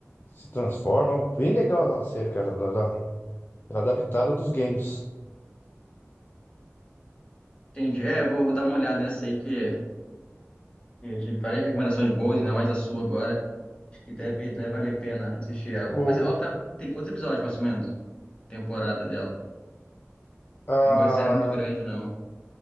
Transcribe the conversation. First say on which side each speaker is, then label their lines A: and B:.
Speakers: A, on the left (about 40°); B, on the left (about 20°).
A: se transformam. Bem legal a série, cara. Ela, ela- ela é adaptada dos games.
B: Entendi. É, eu vou, vou dar uma olhada nessa aí, porque eu tive várias recomendações boas, ainda mais a sua agora. Acho que deve, deve valer a pena assistir ela.
A: O,
B: Mas ela tá, tem quantos episódios, mais ou menos? Temporada dela.
A: a,
B: Eu não gosto de série muito grande, não.